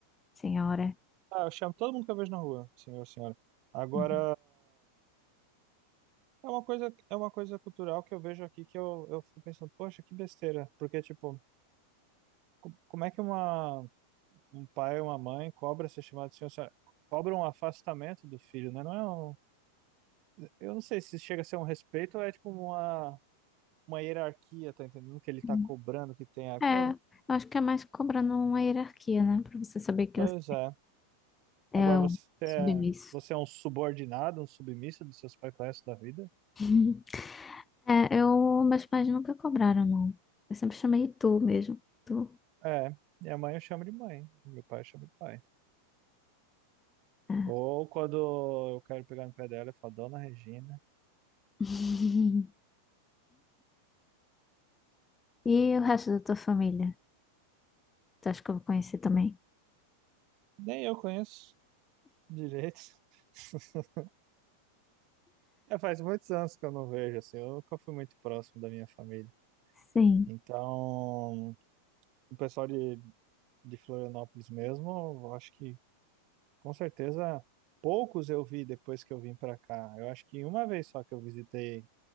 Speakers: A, on the left; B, on the right.
A: senhora.
B: Ah, eu chamo todo mundo que eu vejo na rua, senhor, senhora. Agora,
A: Uhum.
B: é uma coisa, é uma coisa cultural que eu vejo aqui que eu, eu fico pensando, poxa, que besteira. Porque, tipo, co- como é que uma, um pai ou uma mãe cobra ser chamado de senhor, senhora? Cobra um afastamento do filho, né? Não é um, eu não sei se chega a ser um respeito ou é, tipo, uma, uma hierarquia, tá entendendo? Que ele tá
A: Uhum.
B: cobrando que tem. Ah,
A: É,
B: Pô,
A: eu acho que é mais cobrando uma hierarquia, né? Pra você saber que
B: pois
A: você
B: é.
A: é
B: Agora
A: é
B: você
A: um
B: é,
A: submisso.
B: você é um subordinado, um submisso dos seus pais pro resto da vida?
A: <laughs> É, eu, meus pais nunca cobraram, não. Eu sempre chamei tu mesmo. Tu.
B: É, minha mãe eu chamo de mãe, meu pai eu chamo de pai.
A: É.
B: Ou quando eu quero pegar no pé dela, eu falo, Dona Regina.
A: <laughs> E o resto da tua família? Tu acha que eu vou conhecer também?
B: Nem eu conheço direito. <laughs> É, faz muitos anos que eu não vejo, assim, eu nunca fui muito próximo da minha família.
A: Sim.
B: Então, o pessoal de, de Florianópolis mesmo, eu acho que com certeza poucos eu vi depois que eu vim pra cá. Eu acho que uma vez só que eu visitei